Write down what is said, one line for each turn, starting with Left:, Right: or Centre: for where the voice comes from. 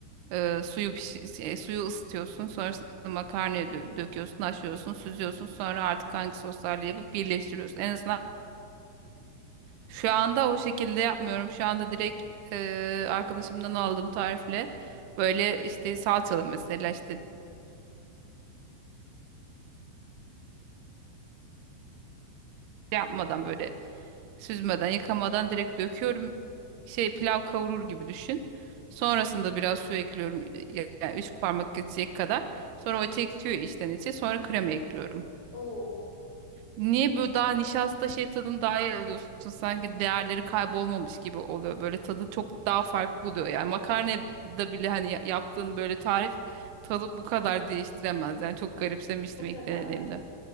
Right: E, suyu pişi- e, suyu ısıtıyorsun. Sonrasında makarnayı dö- döküyorsun, haşlıyorsun, süzüyorsun. Sonra artık hangi soslarla yapıp birleştiriyorsun. En azından Şu anda o şekilde yapmıyorum. Şu anda direkt e, arkadaşımdan aldığım tarifle. Böyle işte salçalı mesela işte şey yapmadan böyle süzmeden yıkamadan direkt döküyorum. Şey pilav kavurur gibi düşün. Sonrasında biraz su ekliyorum. e, Yani üç parmak geçecek kadar. Sonra o çekiyor içten içe. Sonra krema ekliyorum.
Left: Oo,
Right: Niye böyle daha nişasta şey tadını daha iyi alıyorsun? Sanki değerleri kaybolmamış gibi oluyor. Böyle tadı çok daha farklı oluyor. Yani makarnada bile hani ya- yaptığın böyle tarif tadı bu kadar değiştiremez. Yani çok garipsemiştim
Left: o kadar.
Right: ilk denediğimde.